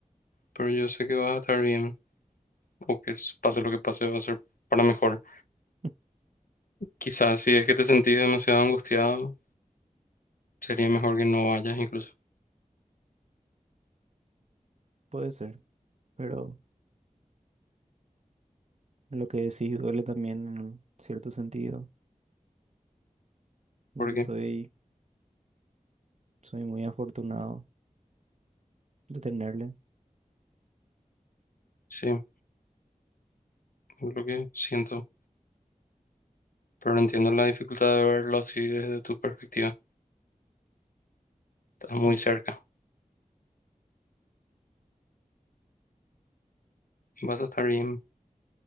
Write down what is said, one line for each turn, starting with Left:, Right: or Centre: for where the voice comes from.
Left: pero yo sé que vas a estar bien o que s- pase lo que pase va a ser para mejor.
Right: <laughs>
Left: Quizás si es que te sentís demasiado angustiado, sería mejor que no vayas incluso.
Right: Puede ser, pero lo que decís duele también en cierto sentido, de
Left: porque
Right: que soy, soy muy afortunado de tenerle.
Left: Sí, es lo que siento. Pero no entiendo la dificultad de verlo así desde tu perspectiva. Estás muy
Right: Mm,
Left: cerca. Vas a estar bien.